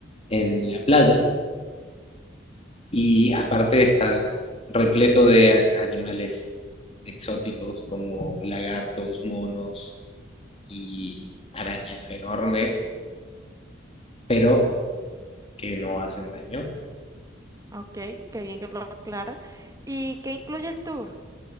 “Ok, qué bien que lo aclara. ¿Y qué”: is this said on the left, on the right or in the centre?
Right